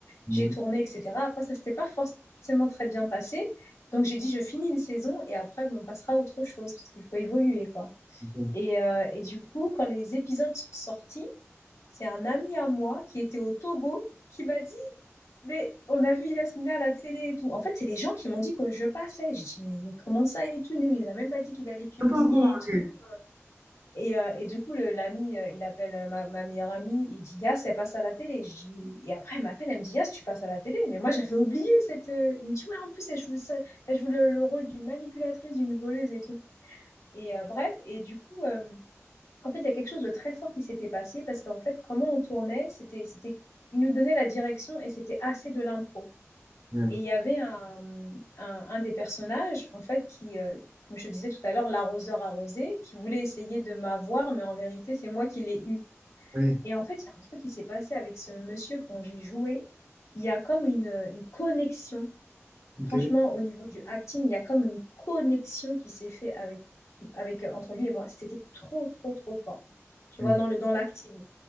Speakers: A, on the right (about 50°); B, on the left (about 80°).
A: émigrés.
B: J'ai tourné, etc. Après, ça s'était pas forcément très bien passé. Donc, j'ai dit, je finis une saison et après, bon, on passera à autre chose parce qu'il faut évoluer, quoi.
A: Ok.
B: Et, euh, et du coup, quand les épisodes sont sortis, c'est un ami à moi qui était au Togo qui m'a dit, mais on a vu Yasmina à la télé et tout. En fait, c'est les gens qui m'ont dit que je passais. Je dis, mais comment ça et tout? Nous, il nous a même pas dit qu'il allait publier
A: Ah, Pas encore,
B: et tout.
A: ok.
B: Et, euh, et du coup, le- l'ami, euh, il appelle euh, ma, ma meilleure amie, il dit, Yas, elle passe à la télé. Je dis, et après, elle m'appelle, elle me dit, Yas, tu passes à la télé. Mais moi, j'avais oublié cette. euh, Il me dit, ouais, en plus, elle joue, ça- elle joue le, le rôle d'une manipulatrice, d'une voleuse et tout. Et euh, bref, et du coup. euh, en fait, il y a quelque chose de très fort qui s'était passé parce qu'en fait, comment on tournait, c'était, c'était, il nous donnait la direction et c'était assez de l'impro.
A: Ouais.
B: Et il y avait un, un, un des personnages, en fait, qui, euh, comme je te disais tout à l'heure, l'arroseur arrosé, qui voulait essayer de m'avoir, mais en vérité, c'est moi qui l'ai eu.
A: Ouais.
B: Et en fait, il y a un truc qui s'est passé avec ce monsieur quand j'ai joué. Il y a comme une, une connexion
A: Ok.
B: Franchement, au niveau du acting, il y a comme une connexion qui s'est faite avec, avec, euh, entre lui et moi. C'était trop, trop, trop fort. Tu
A: Ouais.
B: vois, dans le, dans l'acting.